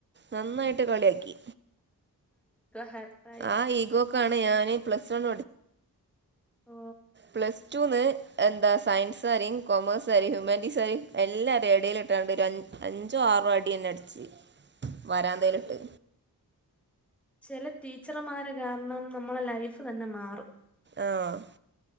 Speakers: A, on the right; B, in the centre.
A: നന്നായിട്ട് കളിയാക്കി
B: ഹർട്ടായി
A: ആ ഈഗോക്കാണ് ഞാന് പ്ലസ് വൺ
B: ഓ
A: പ്ലസ്ടുന്ന് എന്താ സയൻസ്കാരേം കോമേഴ്സ്കാരേം ഹ്യൂമാനിറ്റീസ് കാരേം എല്ലാർടേം എടെലിട്ട്കാണ്ട് അഞ്ചോ ആറോ അടി തന്നെ അടിച്ച് വരാന്തെലിട്ട്
B: ചില ടീച്ചര്മാര് കാരണം നമ്മളെ ലൈഫ് തന്നെ മാറും
A: ആഹ്